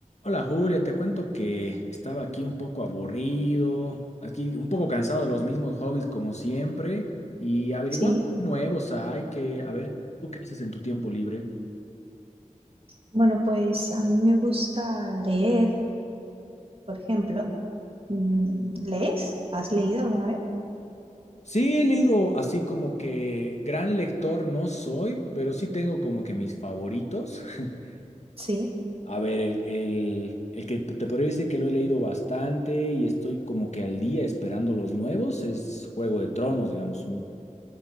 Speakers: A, on the left (about 55°); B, on the right (about 45°).
A: Hola Julia, te cuento que estaba aquí un poco aburrido, aquí un poco cansado de los mismos hobbies como siempre y averiguando
B: Sí,
A: qué nuevos hay que, a ver, ¿tú qué dices en tu tiempo libre?
B: bueno, pues a mí me gusta leer, por ejemplo. Mm, ¿Lees? ¿Has leído alguna vez?
A: Sí, he leído así como que gran lector no soy, pero sí tengo como que mis favoritos. <laughs>
B: Sí.
A: A ver, el, el, el que te podría decir que lo he leído bastante y estoy como que al día esperando los nuevos es Juego de Tronos, digamos, un,